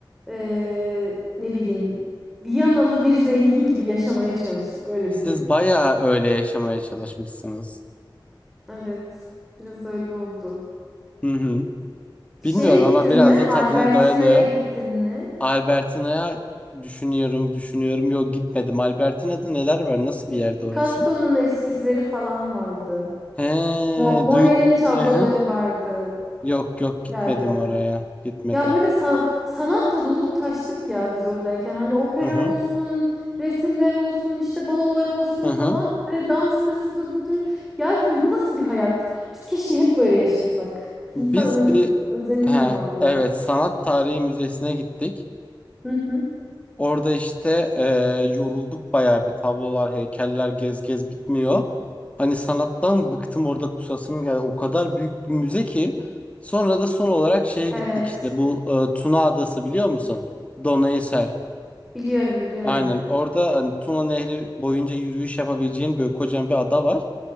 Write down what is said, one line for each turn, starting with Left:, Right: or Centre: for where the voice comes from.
Centre: eee, ne bileyim Viyanalı bir zengin gibi yaşamaya çalıştık öyle
Left: Siz
Centre: diyeyim.
Left: bayağı öyle yaşamaya çalışmışsınız.
Centre: Evet biraz öyle oldu.
Left: Hı hı.
Centre: Şeye
Left: Bilmiyorum
Centre: gittin
Left: ama biraz
Centre: mi?
Left: da
Centre: Albertina'ya
Left: tadını doya doya
Centre: gittin mi?
Left: Albertina'ya düşünüyorum, düşünüyorum. Yok gitmedim. Albertina'da neler var? Nasıl
Centre: Pi-
Left: bir yerde
Centre: Picasso'nun
Left: orası?
Centre: eskizleri falan vardı.
Left: He,
Centre: Mo- Monet'in
Left: duy
Centre: tabloları
Left: Hı hı.
Centre: vardı.
Left: Yok yok gitmedim
Centre: Geldi.
Left: oraya. Gitmedim.
Centre: Ya böyle sa- sanatla dolup taştık ya biz oradayken. Hani opera
Left: Hı hı.
Centre: olsun, resimler olsun, işte balolar olsun
Left: Hı hı.
Centre: falan. Hani danstır, şudur budur. Ya dedim bu nasıl bir hayat? Biz keşke hep böyle yaşasak.
Left: Biz
Centre: İnsan ö-
Left: bir
Centre: özeniyor
Left: he,
Centre: valla.
Left: evet Sanat Tarihi Müzesi'ne gittik.
Centre: Hı hı.
Left: Orada işte e, yorulduk bayağı bir tablolar, heykeller gez gez bitmiyor. Hani sanattan bıktım orada kusasım geldi. O kadar büyük bir müze ki. Sonra da son olarak şeye
Centre: Evet.
Left: gittik işte bu e, Tuna Adası biliyor musun? Donaysel.
Centre: <laughs> Biliyorum, biliyorum.
Left: Aynen orada hani Tuna Nehri boyunca yürüyüş yapabileceğin böyle kocaman bir ada var.